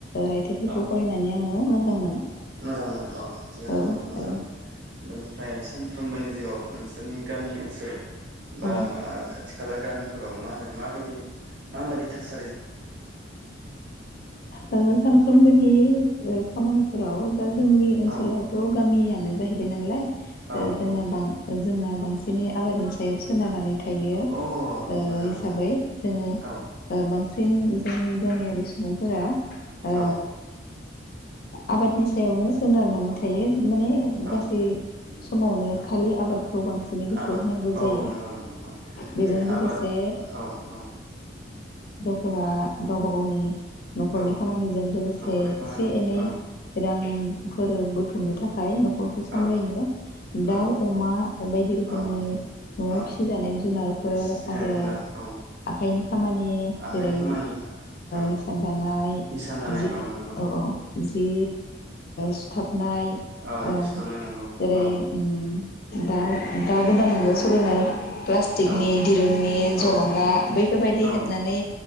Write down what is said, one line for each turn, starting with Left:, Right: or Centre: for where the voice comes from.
Left: रायथाइफोरखौ
Right: औ
Left: फरायनानै आङो मोजां मोजां मोनो
Right: मोजां मोनो अ
Left: औ
Right: थिगानो दङ
Left: थारैनो
Right: मोजां बेनिफ्राय सानफ्रोमबोनि जिउआव नोंसोरनि गामि ओनसोल बा
Left: औ
Right: खा खाथि खाला गामिफोराव मा होनो माबायदि मायदि थास
Left: अ आ ज <unintelligible> खामानि खामानिफोराव दा जोंनि ओनसोलावथ'
Right: औ
Left: गामियानो जाहैबाय नालाय
Right: औ नंगौ
Left: जोंना बां जोंना बांसिनै आबादनि सायाव सोनारनानै थायो
Right: अ मोजां
Left: हिसाबै
Right: मोजां
Left: जोङो
Right: औ
Left: बांसिन जेन जोंनि गामियारि सुबुंफोरा ओ
Right: औ
Left: आबादनि सायावनो सोनारनानै थायो माने
Right: औ
Left: गासै समावनो खालि आबाद खौ बांसिनै गोसो
Right: आबाद
Left: होनांगौ
Right: औ
Left: जायो
Right: नंगौ नंगौ औ
Left: बेजों
Right: बे
Left: लोगोसे
Right: आबाद औ औ
Left: फोर गावबा गावनि न'खरनि
Right: औ
Left: खामानिजों लोगोसे
Right: न'खरनि खामानि
Left: एसे एनै
Right: औ
Left: रांफोर बुथुमनो नि थाखाय नखरखौ सामलायनो
Right: औ
Left: दाउ
Right: औ
Left: अमा बायदि रोखोमनि
Right: अ
Left: न'आव
Right: अ
Left: फिसिजानाय जुनारफोर
Right: फिसिजानाय
Left: आरो
Right: जुनार औ
Left: आखाइनि खामानि
Right: आखाइनि
Left: जेरै
Right: खामानि औ
Left: इसान दानाय
Right: हिसान दानाय
Left: जि
Right: नंगौ
Left: औ औ जि सुथाब नाय
Right: औ
Left: ओ
Right: जि सुथाबनाय नंगौ
Left: जेरै
Right: औ
Left: ओम दा दा गोदाननिनो सोलिनाय प्लास्टिकनि
Right: औ
Left: दिरुंनि जलंगा
Right: औ
Left: बैफोरबायदि
Right: औ
Left: हेबनानै